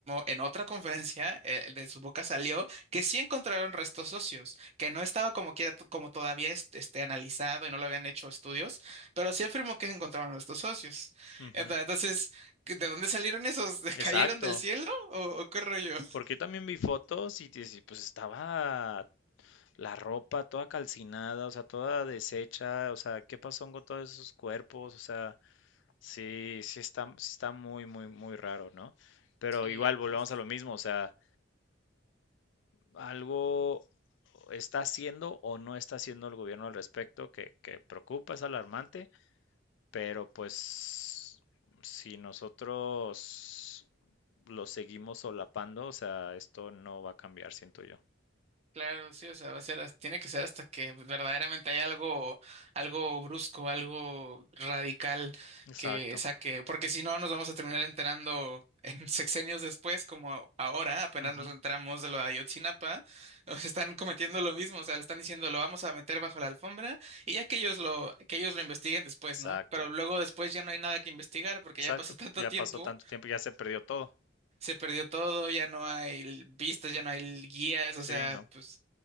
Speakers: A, on the right; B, on the left.
A: en otra conferencia, eh, de su boca salió que sí encontraron restos óseos, que no estaba como quiera, como todavía es- este, analizado y no lo habían hecho estudios, pero sí afirmó que se encontraron restos óseos.
B: Ujú,
A: Ento- Entonces, ¿de dónde salieron esos? <laughs>
B: Exacto,
A: ¿Cayeron del cielo o, o qué rollo?
B: porque yo también vi fotos y, dices, pues estaba la ropa toda calcinada, o sea, toda deshecha, o sea, ¿qué pasó con todos esos cuerpos? O sea, sí, sí está, sí está muy, muy, muy raro, ¿no? Pero
A: Sí,
B: igual volvemos
A: pues.
B: a lo mismo, o sea, algo está haciendo o no está haciendo el gobierno al respecto que, que preocupa, es alarmante, pero pues si nosotros lo seguimos solapando, o sea, esto no va a cambiar, siento yo.
A: Claro, sí, o sea, va a ser, hasta- tiene que ser hasta que verdaderamente hay algo, algo brusco, algo radical
B: Exacto.
A: que saque, porque si no nos vamos a terminar enterando en <laughs> sexenios después, como ahora, apenas
B: Ujú.
A: nos enteramos de lo de Ayotzinapa, <laughs> nos están cometiendo lo mismo, o sea, le están diciendo lo vamos a meter bajo la alfombra y ya que ellos lo, que ellos lo investiguen después,
B: Exacto.
A: ¿no? Pero luego después ya no hay nada que investigar porque
B: Exacto.
A: ya pasó <laughs> tanto
B: Ya
A: tiempo
B: pasó tanto tiempo, ya se perdió todo.
A: se perdió todo, ya no hay vistas, ya no hay guías,
B: Sí,
A: o sea,
B: no.
A: pues